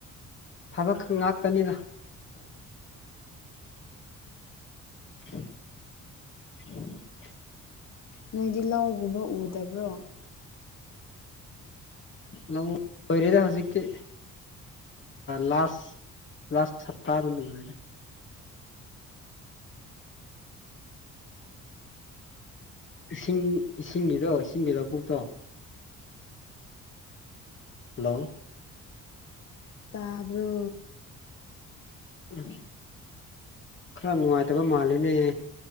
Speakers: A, on the left; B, on the left.
A: ꯐꯕ ꯉꯥꯛꯇꯅꯤꯗ <unintelligible>
B: ꯅꯣꯏꯗꯤ ꯂꯧꯒꯨꯝꯕ ꯎꯗꯕ꯭ꯔꯣ
A: ꯂꯧ ꯂꯣꯏꯔꯦꯗ ꯍꯧꯖꯤꯛꯇꯤ ꯂꯥꯁ ꯂꯥꯁ ꯍꯞꯇꯥꯗ ꯂꯣꯏꯔꯦ ꯏꯁꯤꯡ ꯏꯁꯤꯡꯒꯤꯗꯣ ꯏꯁꯤꯡꯒꯤ ꯂꯧꯕꯨꯛꯇꯣ ꯍꯜꯂꯣ
B: ꯇꯥꯕ꯭ꯔꯣ
A: ꯎꯝ ꯈꯔ ꯅꯨꯡꯉꯥꯏꯇꯕ ꯃꯥꯜꯂꯤꯅꯦ